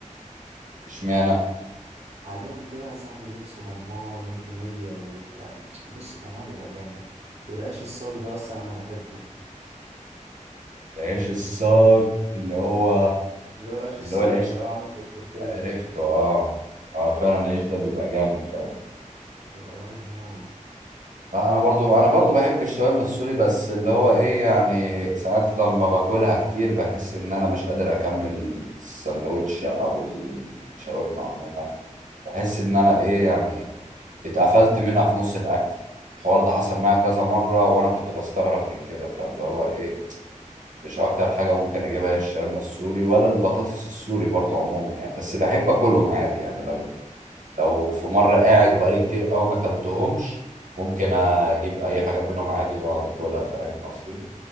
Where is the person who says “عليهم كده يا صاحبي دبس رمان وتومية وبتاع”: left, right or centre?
Right